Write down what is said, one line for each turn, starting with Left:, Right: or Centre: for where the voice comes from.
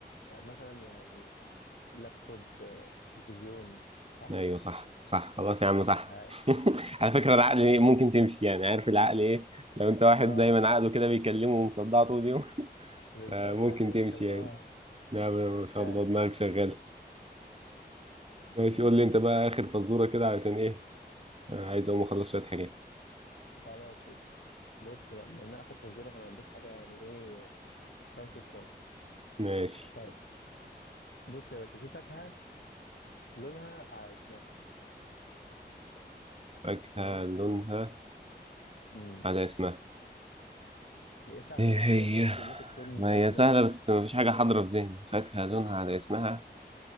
Left: فمثلا يعني لابتوب آه، تلفزيون صح؟
Right: ايوه صح صح خلاص يا عم صح
Left: عاش
Right: <laughs> على فكره العقل إيه، ممكن تمشي يعني عارف العقل ايه لو انت واحد
Left: اه
Right: دايما عقله كده بيكلمه ومصدع طول اليوم <laughs>
Left: بالظبط
Right: فمممكن
Left: ده حقيقي
Right: تمشي
Left: اللي
Right: يعني
Left: هو
Right: نعم ما شاء
Left: فعلا
Right: الله دماغك شغاله
Left: <laughs>
Right: ماشي
Left: تمام
Right: قول لي انت بقى اخر فزوره كده عشان ايه آه، عايز اقوم اخلص شويه حاجات
Left: خلاص قشطة بص بقى من اخر فزوره فانا هديك حاجه يعني ايه طرش الطرش
Right: ماشي
Left: طيب بص يا باشا في فاكهه لونها على اسمها
Right: فاكهة
Left: تمام
Right: لونها
Left: امم
Right: على اسمها
Left: هي سهله
Right: ايه
Left: بس
Right: هي
Left: هي ايه ممكن ممكن تكون
Right: ما
Left: تايهه
Right: هي
Left: منك
Right: سهلة بس
Left: دلوقتي
Right: مفيش حاجة حاضرة في ذهني فاكهة لونها على اسمها